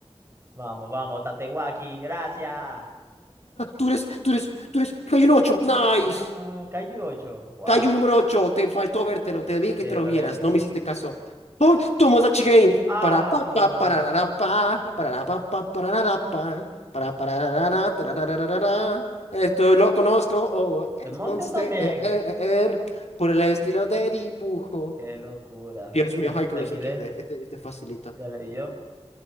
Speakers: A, on the right; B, on the left.
A: Vamos, vamos. Tatewaki. Gracias.
B: Tú eres, tú eres, tú eres. Kaiju 8. Nice.
A: Ah, Kaiju 8. Wow.
B: Kaiju número ocho Te faltó vértelo. Te dije que
A: Sí,
B: te lo
A: no
B: vieras.
A: lo he visto.
B: No me hiciste caso. Oh, Tomodachi Game.
A: Ah.
B: Para pa pa para la ra, pa para la pa pa para la ra, pa para para la ra, ra, tra, ra, ra, ra, ra, ra. Esto lo conozco. Oh, es
A: The Monster
B: Monster
A: también.
B: eh, eh, eh, er, por el estilo de dibujo.
A: Qué locura.
B: Dios mío,
A: High School
B: Hycross
A: de XD.
B: XD, este, este facilita.
A: Ya leí yo.